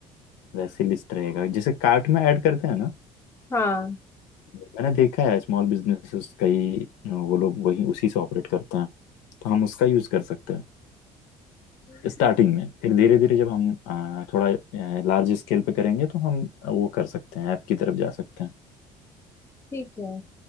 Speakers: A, on the left; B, on the left.
A: वैसे लिस्ट रहेगा जैसे कार्ट में ऐड करते हैं ना
B: हाँ
A: मैंने देखा है स्मॉल बिजनेसेस कई अ, वो लोग वही उसी से ऑपरेट करते हैं तो हम उसका यूज कर सकते हैं
B: हम्म,
A: स्टार्टिंग में फिर धीरे धीरे जब हम अ, थोड़ा लार्ज स्केल पे करेंगे तो हम वो कर सकते हैं ऐप की तरफ जा सकते हैं
B: ठीक है